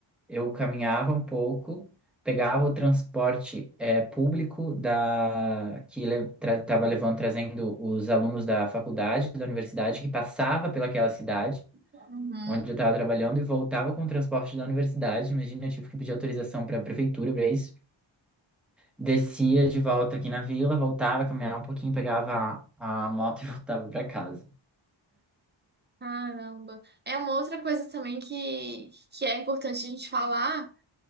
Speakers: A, in the centre; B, on the right (about 20°).
A: eu caminhava um pouco, pegava o transporte eh, público da que estava levando, trazendo os alunos da faculdade, da universidade, que passava pelaquela cidade
B: Uhum.
A: onde eu estava trabalhando e voltava com o transporte da universidade. Imagina, eu tive que pedir autorização para a prefeitura para isso. Descia de volta aqui na vila, voltava, caminhava um pouquinho, pegava a, a moto <laughs> e voltava para casa.
B: Caramba. É uma outra coisa também que, que é importante a gente falar.